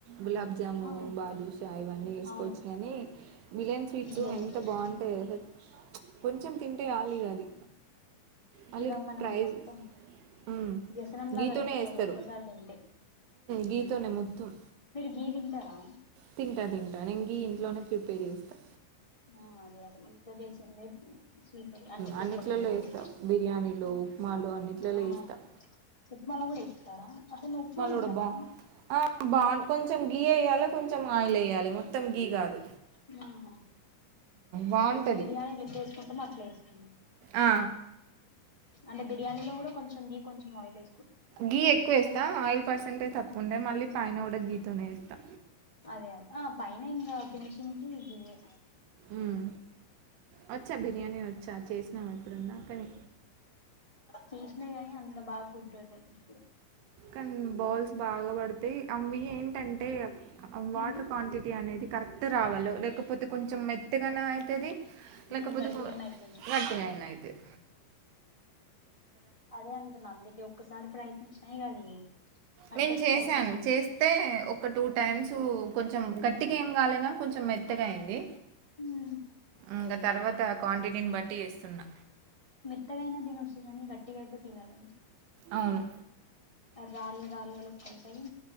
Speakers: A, on the right; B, on the left.
A: గులాబ్జాము
B: ఆ
A: బాదుషా ఇవన్నీ వేసుకోవచ్చు
B: అవును
A: కానీ మిలియన్ స్వీట్స్
B: చేయలేదు
A: ఎంత బాగుంటాయో కొంచం తింటే ఆలిగా అది మళ్ళీ
B: ఇగ మనం
A: ప్రైజ్
B: మొత్తం
A: ఉమ్,
B: వ్యసనంలాగా
A: గీతోనే
B: అయిపోతది
A: వేస్తారు
B: ఒక్కసారి తింటే
A: గీతోనే మొత్తం
B: గీ తింటారా
A: తింటా తింటా నేను గీ ఇంట్లోనే ప్రిపేర్ చేస్తా
B: ఆ అదే అదే ఇంట్లో చేసిందే స్వీట్ అంటే తింటా
A: అన్నిట్లలో
B: నేను కూడా
A: వేస్తాం
B: ఎక్కువ
A: బిర్యానీలో ఉప్మాలో అన్నిట్లలో
B: ఆ
A: వేస్తాం
B: ఉప్మాలో కూడా వేస్తారా అసలు ఉప్మా తింటారా
A: కూడా బా ఆ బాగుంట కొంచెం గీ వేయ్యాలి కొంచెం ఆయిల్ వేయ్యాలి మొత్తం గీ కాదు
B: ఉహా
A: బాగుంటది
B: అది ఇంకా బిర్యానీలో ఎట్లా వేసుకుంటామో అట్లా వేసుకోవడం
A: ఆ
B: అంటే బిర్యానీ లో కూడా కొంచం గి కొంచం ఆయిల్ వే
A: గీ ఎక్కువ వేస్తా ఆయిల్ పర్సెంటేజ్ తక్కువ ఉండే మళ్ళీ పైన కూడా గీతోనేస్తా
B: అదే అదే ఆ పైన ఇంకా ఫినిషింగ్ కి గీ ఏ
A: ఉమ్ వచ్చా బిర్యానీ వచ్చా చేసినావా ఎప్పుడన్నా కనీ
B: చేసినా కానీ అంత బాగా కుదరదు ఎప్పుడు
A: డ్ బౌల్స్ బాగా పడతాయి అవి ఏంటంటే వాటర్
B: నువ్వు
A: క్వాంటిటీ అనేది కరెక్ట్ రావాల లేకపోతే కొంచెం మెత్తగాన అయితది
B: ఆ
A: లేకపోతే
B: గట్టిగానే అయితది
A: గట్టిగా అయినా అయితది
B: అదే అంటున్నా అందుకే ఒక్కసారి ప్రయత్నించినాయి ఇగ అది అట్టర్
A: నేను చేసాను
B: ఫ్లాప్ అయింది
A: చేస్తే ఒక టూ టైమ్స్ కొంచెం గట్టి గా ఏమ్ కాలేగాని కొంచెం మెత్తగా అయ్యింది
B: ఉమ్
A: ఇంకా తర్వాత క్వాంటిటీనీ బట్టి వేస్తున్నా
B: మెత్తగ అయినా తినొచ్చు గట్టిగాయితే తినలేం
A: అవును
B: రాలు రాలు లెకుంటయ్